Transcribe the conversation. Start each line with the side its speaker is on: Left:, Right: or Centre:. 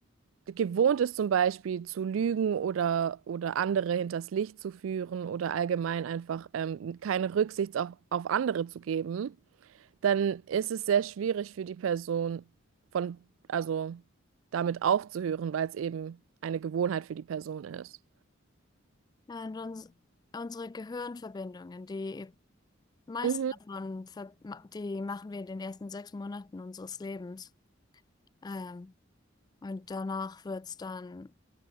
Right: gewohnt ist, zum Beispiel zu lügen oder, oder andere hinters Licht zu führen oder allgemein einfach ähm, keine Rücksicht auf, auf andere zu geben, dann ist es sehr schwierig für die Person von, also damit aufzuhören, weil es eben eine Gewohnheit für die Person ist.
Left: Ja, und uns, unsere Gehirnverbindungen, die meisten
Right: Mhm.
Left: davon, ver ma- die machen wir in den ersten sechs Monaten unseres Lebens. Ähm, und danach wird's dann,